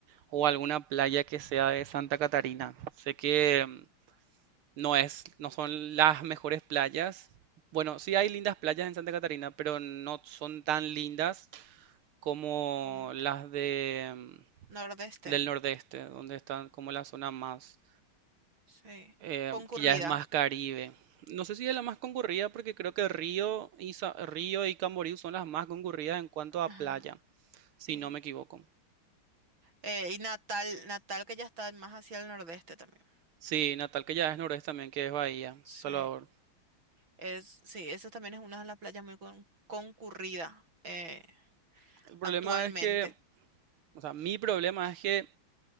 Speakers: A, on the right (about 85°); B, on the right (about 65°).
A: o alguna playa que sea de Santa Catarina. Sé que mm, no es, no son las mejores playas. Bueno, sí hay lindas playas en Santa Catarina, pero no son tan lindas como
B: Con
A: las de, mm,
B: Nordeste,
A: del nordeste, donde están como la zona más,
B: sí,
A: eh,
B: concurrida.
A: que ya es más Caribe. No sé si es la más concurrida porque creo que Río y, Sa- Río y Camboriú son las más concurridas en cuanto a
B: Ajá,
A: playa,
B: sí.
A: si no me equivoco.
B: Eh, y Natal, Natal que ya está más hacia el nordeste también.
A: Sí, Natal, que ya es noroeste también, que es Bahía,
B: Sí,
A: Salvador.
B: es, sí, eso también es una de las playas muy con- concurrida eh,
A: El problema
B: actualmente.
A: es que, o sea, mi problema es que